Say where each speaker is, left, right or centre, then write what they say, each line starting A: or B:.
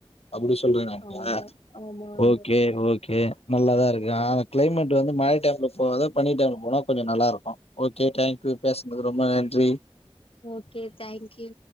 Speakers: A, on the left; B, on the left.
A: அப்டி சொல்றேனாங்க
B: ஆமா ஆமா ஆமா
A: ஓகே ஓகே நல்லாதா இருக்கு ஆனா அந்த கிளைமேட் வந்து மழை டைம்ல போகாத பனி டைம்ல போனா கொஞ்ச நல்லாருக்கு ஓகே தேங்க்யூ பேசுனதுக்கு ரொம்ப நன்றி
B: ஓகே தேங்க்யூ